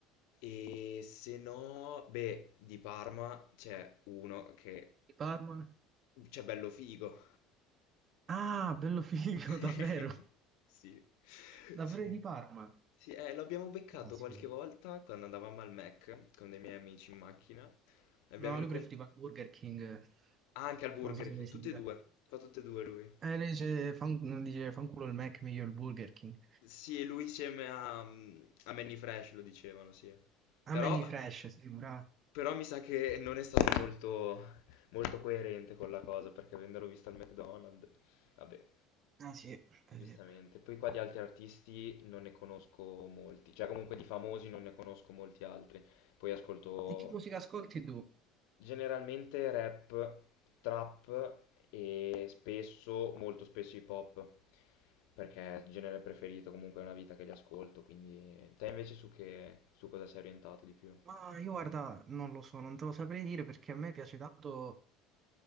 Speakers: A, on the left; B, on the right.
A: E se no, beh, di Parma c'è uno che
B: Di Parma?
A: c'è bello figo.
B: Ah, bello figo,
A: <laughs>
B: <laughs> davvero.
A: Sì,
B: Davvero
A: sì.
B: di Parma.
A: Sì, eh, l'abbiamo beccato
B: Caspita.
A: qualche volta quando andavamo al Mac con dei miei amici in macchina. L'abbiamo
B: No,
A: incontrato
B: lui preferiva Burger King.
A: anche al Burger
B: Non so se
A: King,
B: mi
A: tutti
B: sentite.
A: e due, fa tutte e due lui.
B: Eh, lei dice, fan, dice fanculo il Mac, meglio il Burger King.
A: Sì, lui insieme a, mm, a Manny Fresh lo dicevano, sì. Però,
B: A me ni fresh, sì, bravo.
A: però mi sa che non è stato molto, molto coerente con la cosa, perché avendolo visto al McDonald's, vabbè,
B: Ah sì, eh,
A: giustamente.
B: sì.
A: Poi qua di altri artisti non ne conosco molti, cioè comunque di famosi non ne conosco molti altri. Poi ascolto
B: E che musica ascolti tu?
A: Generalmente rap, trap e spesso, molto spesso hip hop, perché è il genere preferito, comunque è una vita che li ascolto, quindi te invece su che, su cosa sei orientato di più?
B: Ma io guarda, non lo so, non te lo saprei dire perché a me piace tanto